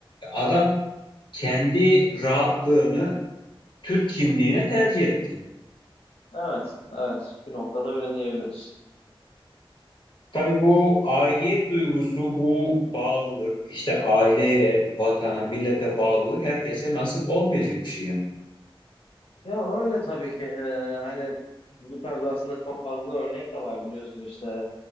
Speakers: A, on the left; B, on the left.
A: Adam kendi rahatlığını Türk kimliğine tercih etti.
B: Evet, evet. Bir noktada öyle diyebiliriz.
A: Tabii bu aidiyet duygusu, bu bağlılık, işte aileye, vatana, millete bağlılık herkese nasip olmayacak bir şey yani.
B: Ya öyle tabii ki Ee, hani bu tarz aslında çok fazla örnek de var biliyorsun işte